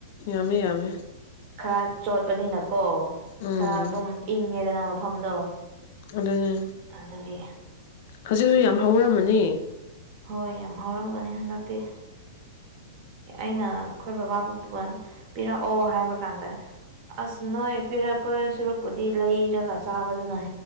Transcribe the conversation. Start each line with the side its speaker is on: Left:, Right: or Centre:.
Left: ꯌꯥꯝꯃꯦ ꯌꯥꯝꯃꯦ
Right: ꯈꯔ ꯆꯣꯠꯄꯅꯤꯅꯀꯣ ꯀꯣ
Left: ꯎꯝ
Right: ꯈꯔ ꯑꯗꯨꯝ ꯏꯪꯉꯦꯗꯅ ꯃꯐꯝꯗꯣ
Left: ꯑꯗꯨꯅꯦ
Right: ꯑꯗꯨꯒꯤ
Left: ꯍꯧꯖꯤꯛꯁꯨ ꯌꯥꯝ ꯍꯧꯔꯝꯃꯅꯤ
Right: ꯍꯣꯏ ꯌꯥꯝ ꯍꯧꯔꯝꯒꯅꯤ ꯍꯟꯗꯛꯇꯤ ꯑꯩꯅ ꯑꯩꯈꯣꯏ ꯕꯕꯥꯕꯨ ꯄꯤꯔꯛꯑꯣ ꯍꯥꯏꯕ ꯀꯥꯟꯗ ꯑꯁ ꯅꯣꯏ ꯄꯤꯔꯛꯄ ꯁꯨꯔꯨꯛꯄꯨꯗꯤ ꯂꯩꯔꯒ ꯆꯥꯕꯗꯨꯅ